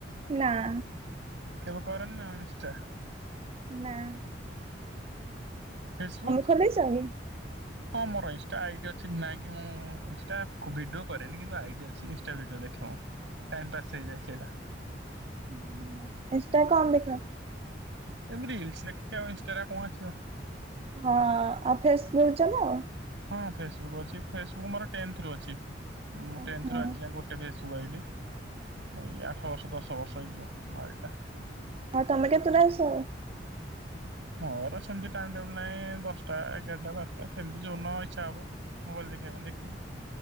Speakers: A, on the right; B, on the right.
A: ନାଁ।
B: କେବେ କରନି ନା ଇନ୍ସଷ୍ଟା?
A: ନାଁ।
B: ଫେସବୁକ୍?
A: ଖୋଲିଛ କି?
B: ହଁ ମୋର ଇନଷ୍ଟା ଆଇଡ଼ି ଅଛି ନାଇଁକି ମୁଁ ଇନଷ୍ଟା ଭିଡ଼ିଓ କରେନି କିନ୍ତୁ ଆଇଡ଼ି ଅଛି ଇନଷ୍ଟା ଭିଡ଼ିଓ ଦେ ଖେ ଟାଇମ୍ ପାସ୍ ହେଇଯାଏ ସେଇଟା।
A: ହୁଁ ଇନ୍ସଷ୍ଟା କଣ ଦେଖ?
B: ଏମିତି ରିଲସ୍ ଦେଖିକି ଆଉ ଇନଷ୍ଟାରେ ଆଉ କଣ ଆସିବ?
A: ହଁ ଆଉ ଫେସବୁକ୍ ଚଲାଅ?
B: ହଁ ଫେସବୁକ୍ ଅଛି ଫେସବୁକ୍ ମୋର ଟେନ୍ଥରୁ ଅଛି ମୁ
A: ଓହୋ
B: ଟେନ୍ଥରୁ ଆଜି ଯାଏ ଗୋଟେ ଫେସ ଫେସ ବୁକ୍ ଆଇଡି ଏଇ ଆଠ ବର୍ଷ ଦଶ ବର୍ଷ ହେଇଯିବ ମୋ ଆଇଡି।
A: ହଁ ତମେ କେତୁଟାରେ ସୁଅ?
B: ମୋର ସେମିତି ଟାଇମ୍ ଟେବୁଲ ନାଇଁ ଦଶଟା ଏଗାରଟା ବାରଟା ସେମିତି ଯଉଇନ ଇଚ୍ଛା ହବ। ମୋବାଇଲ ଦେଖିବା ପାଇଁ ଦେଖିବି।